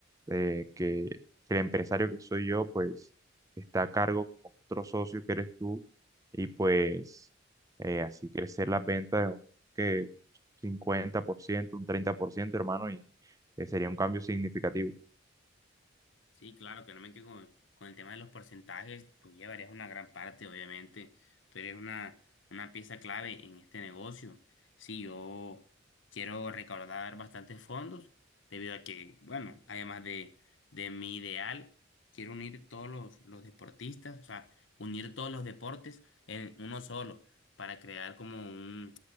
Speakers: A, on the right; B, on the left.
A: eh, que, que el empresario que soy yo, pues está a cargo con otro socio que eres tú, y pues eh, así crecer las ventas de un que cincuenta por ciento un treinta por ciento hermano, y eh, sería un cambio significativo.
B: Sí, claro, que no me quedo con, con el tema de los porcentajes, tú llevarías una gran parte, obviamente, tú eres una, una pieza clave en este negocio. Sí, yo quiero recaudar bastantes fondos, debido a que, bueno, además de, de mi ideal, quiero unir todos los, los deportistas, o sea, unir todos los deportes en uno solo, para crear como un,